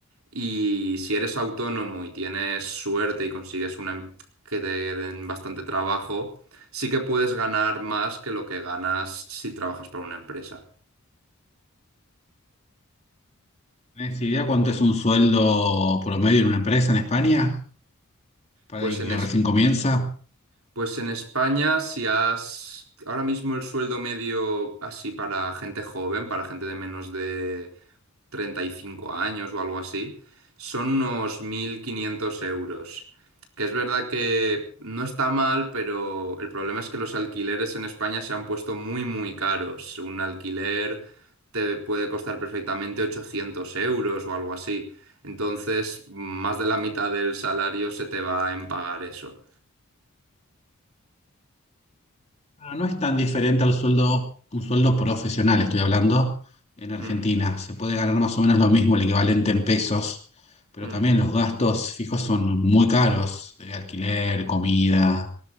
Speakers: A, on the right; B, on the left.
A: Y si eres autónomo y tienes suerte y consigues una em- que te den bastante trabajo, sí que puedes ganar más que lo que ganas si trabajas para una empresa.
B: ¿Tenés idea cuánto es un sueldo promedio en una empresa en España para
A: Pues
B: alguien
A: en
B: que
A: Es-
B: recién comienza?
A: Pues en España, si has... Ahora mismo el sueldo medio así para gente joven, para gente de menos de 35 años o algo así, son unos 1.500 euros. Que es verdad que no está mal, pero el problema es que los alquileres en España se han puesto muy, muy caros. Un alquiler te puede costar perfectamente 800 euros o algo así. Entonces, más de la mitad del salario se te va en pagar eso.
B: Ah, No es tan diferente al sueldo, un sueldo profesional, estoy hablando, en Argentina.
A: Mm,
B: Se puede ganar más o menos lo mismo, el equivalente en pesos, pero
A: mm.
B: también los gastos fijos son muy caros, eh, alquiler, comida.